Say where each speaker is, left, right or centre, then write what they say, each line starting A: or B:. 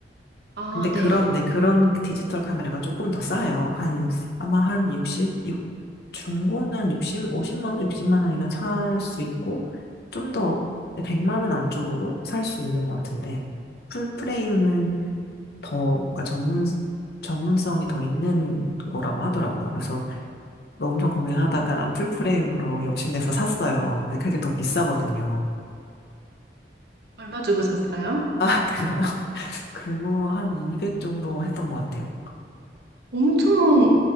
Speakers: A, on the right; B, on the left.
A: 아,
B: 근데 그런,
A: 네.
B: 네, 그런 디지털 카메라가 조금 더 싸요. 한, 아마 한 60, 육 중고는 한 60, 50만 원, 60만 원이면 살 수 있고, 좀 더, 네, 100만 원 안쪽으로 살 수 있는 것 같은데, 풀프레임은 더, 그러니까 전문, 전문성이 더 있는 거라고 하더라고요. 그래서 엄청 고민을 하다가 풀프레임으로 욕심내서 샀어요. 근데 그게 더 비싸거든요.
A: 얼마 주고 샀어요?
B: 아, 그거, <laughs> 그거 한 200 정도 했던 것 같아요.
A: 엄청